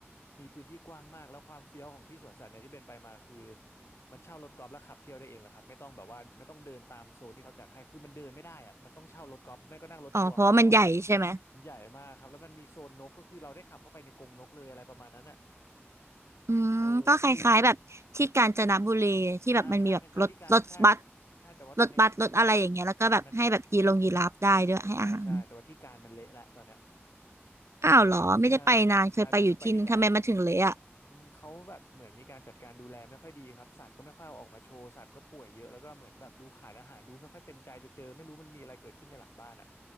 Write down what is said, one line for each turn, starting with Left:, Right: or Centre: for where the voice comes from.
Left: มีพื้นที่กว้างมากแล้วความเฟี้ยวของที่สวนสัตว์เนี่ยที่เป็นไปมาคือมันเช่ารถกอล์ฟแล้วขับเที่ยวได้เองแหละครับไม่ต้องแบบว่าไม่ต้องเดินตามโซนที่เขาจัดให้คือมันเดินไม่ได้อะมันต้องเช่ารถกอล์ฟไม่ก็นั่งรถทัวร์ของเขาอะ
Right: อ๋อเพราะว่ามันใหญ่ใช่ไหม
Left: มันใหญ่มากครับแล้วมันมีโซนนกก็คือเราได้ขับเข้าไปในกรงนกเลยอะไรประมาณนั้นอะ
Right: อืมก็คล้ายๆแบบที่กาญจนบุรีที่แบบมันมีแบบรถรถบัส
Left: เออแล้วก็ดู อ่าใช่คล้ายๆที่การใช่ใช่แต่ว่าตอนเนี้ยที่
Right: รถบัสรถอะไรอย่างเงี้ยแล้วก็แบบให้แบบยีลงยีราฟได้ด้วยให้อาหาร
Left: ที่การมันใช่ใช่ใช่แต่ว่าที่การมันเละละตอนเนี้ย
Right: อ้าวเหรอไม่ได้ไปนานเคยไปอยู่ที่นึงทำไมมาถึงเละอ่ะ
Left: แต่ใช่ใช่เป็นเพิ่งไปที่การมาเหมือนกันมันเขาแบบเหมือนมีการจัดการดูแลไม่ค่อยดีครับสัตว์ก็ไม่ค่อยเอาออกมาโชว์สัตว์ก็ป่วยเยอะแล้วก็เหมือนแบบดูขาดอาหารดูไม่ค่อยเต็มใจจะเจอไม่รู้มันมีอะไรเกิดขึ้นในหลังบ้านอ่ะ